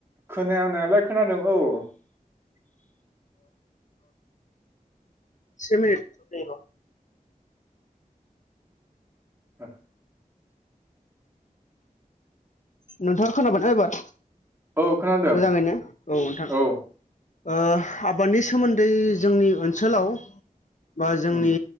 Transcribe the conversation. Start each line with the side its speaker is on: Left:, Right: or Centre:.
Right: खोनानायालाय खोनादों औ।
Left: सेमिनिट उं र।
Right: हा
Left: नोंथां खोनाबायना एबार?
Right: औ खोनादों
Left: मोजाङैनो नोंथां
Right: औ।
Left: ओ आबादनि सोमोन्दै जोंनि ओनसोलाव बा जोंनि
Right: उम